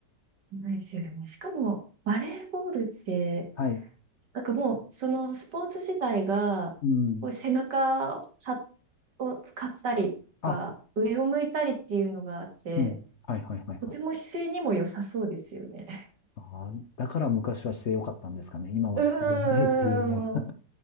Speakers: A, on the right (about 75°); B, on the left (about 55°).
A: そうですよね。しかも、バレーボールって、
B: はい。
A: なんかもう、そのスポーツ自体が、
B: うん。
A: すごい背中はを使ったりとか、
B: あ、
A: 上を向いたりっていうのがあって、
B: うん。はいはいはいはい。
A: とても姿勢にも良さそうですよね。
B: ああ、だから昔は姿勢良かったんですかね。今は姿勢がないっていうのは。
A: ううーん。い